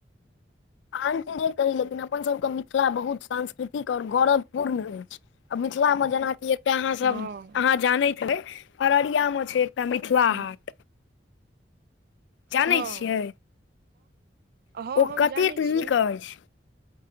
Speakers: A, on the left; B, on the right.
A: आन ठिन जे कहि लेकिन अपनसभ कऽ मिथिला बहुत सांस्कृतिक आओर गौरवपूर्ण अछि। अ मिथिला मे जेना की एक तऽ अहाँ सब
B: हँ
A: अहाँ जानैत ह हेबै अररिया मऽ छै एकटा मिथिला
B: हँ
A: हाट जानै
B: हँ
A: छियै
B: हँ
A: ओ
B: हम
A: कतेक
B: जानै छियै
A: नीक अछि।